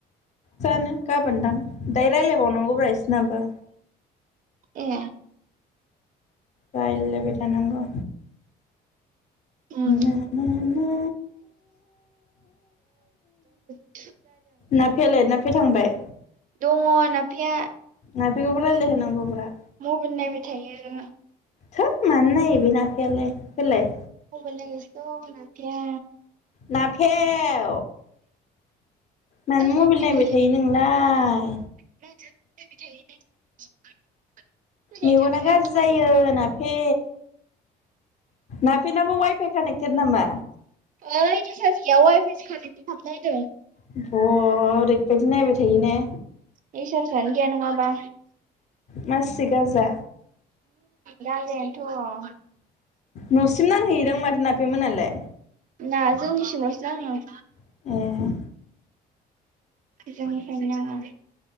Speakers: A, on the left; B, on the right.
A: जानो गाबोन दां दायो रायलायबावनांगौब्रा इसनाबो
B: ए
A: रायलायबाय थानांगौ
B: ओम
A: ना ना ना
B: <unintelligible>
A: नाफेयालाय नाफेया थांबाय
B: दङ नाफेया
A: नाफेखौबो रायलाय होनांगौब्रा
B: मबेल नायबाय थायो
A: थोद मानो नायो बे नाफेयालाय होलाय
B: मबाइल नायगासिनो दं नाफेया
A: नाफेव मानो
B: ओइ
A: मबाइल नायबाय
B: ओइ
A: थायो नोंलाय
B: <unintelligible>
A: मेगना
B: थायो
A: गाज्रि जायो नाफे नाफिनाबो वाइफाइ कानेक्टेसन नामा
B: ओइ रिसार्ज गैया वाइफाइसो कानेक्टेट खालामनायनो
A: बह ओरैबायदि नायबाय थायो ने
B: रिसार्चानो गैया नङाबा
A: मासि गाजा
B: राजायानोथ'
A: न'सिम नांहैदां माथो नाफेमोनालाय
B: नाङा जोंनिसिमल'सो नाङो
A: ए
B: जोंनिफ्राय नाङा